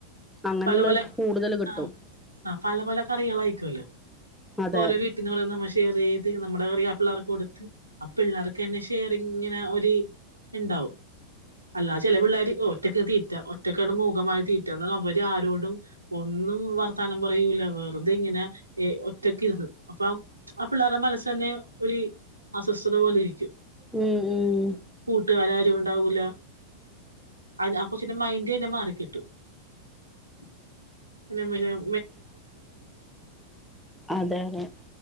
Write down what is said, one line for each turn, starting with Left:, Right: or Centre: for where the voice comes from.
Centre: അങ്ങനെയുള്ള
Right: പലപല
Centre: കൂടുതൽ കിട്ടും
Right: ആ ആ പല പല കറികൾ ആയിരിക്കുവല്ലേ?
Centre: അതെ
Right: ഓരോ വീട്ടന്ന് കൊണ്ടുവരുന്ന ഭക്ഷ ഷെയർ ചെയ്ത് നമ്മുടെ കറിയാ പിള്ളേർക്ക് കൊടുത്ത് അ പിള്ളേർക്ക് തന്നെ ഷെയറി ഇങ്ങനെ ഒരു ഉ. ണ്ടാവും അല്ലാ ചില പിള്ളേര് ഒറ്റക്ക് തീറ്റ ഒറ്റക്കാണ് മൂകമായ തീറ്റ എന്ന അവര് ആരോടും ഒന്നും. വർത്താനം പറയൂല. വെറുതെ ഇങ്ങനെ ഒറ്റക്ക് ഇരുന്നത് അപ്പൊ ആ പിള്ളേരുടെ മനസ്സ്തന്നെ ഒരു അസ്വസ്ഥത പോലെ ഇരിക്കും.
Centre: ഉം ഉം
Right: കൂട്ടുക്കാർ ആരും ഉണ്ടാവൂല അതി--ആ കൊച്ചിന്റെ മൈൻഡ്തന്നെ മാറിക്കിട്ടു. <unintelligible>
Centre: അതെ അതെ